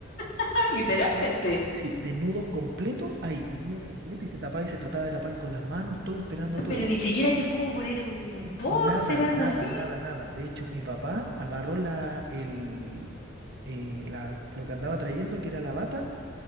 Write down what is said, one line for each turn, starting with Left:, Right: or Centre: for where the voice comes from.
Left: Ah, literalmente.
Right: La foto- sí, desnudos completo, ahí, desnudos completos y se tapaba y se trataba de tapar con las manos, todo esperando
Left: Ah,
Right: todo.
Left: pero ni siquiera se pudo poner un, un boxer,
Right: Nada,
Left: algo
Right: nada,
Left: así.
Right: nada, nada. De hecho, mi papá agarró la, el, eh, la, lo que andaba trayendo, que era la bata,